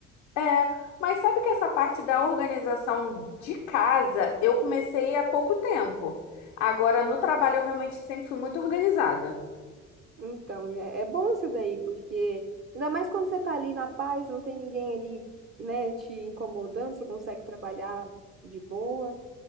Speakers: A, on the left; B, on the right.
A: É, mas sabe que essa parte da organização de casa eu comecei há pouco tempo. Agora, no trabalho, eu realmente sempre fui muito organizada.
B: Então, é, é bom isso daí, porque ainda mais quando você tá ali na paz, não tem ninguém ali, né, te incomodando, você consegue trabalhar de boa.